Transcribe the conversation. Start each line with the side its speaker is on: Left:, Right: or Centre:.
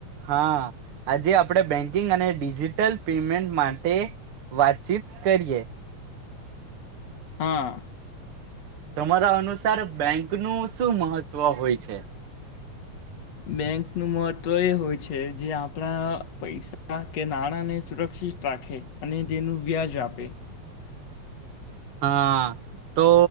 Right: હ હા, આજે આપણેે બેંકિંગ અને ડિજિટલ પેમેન્ટ માટે વાતચીત કરીએ
Left: હા
Right: તમારા અનુસાર બેંક નું શું મહત્વ હોય છે
Left: બેંકનું મહત્ત્વ એ હોય છે, જે આપણા પૈસા કે નાણાંને સુરક્ષિત રાખે અને તેનું વ્યાજ આપે
Right: હા, તો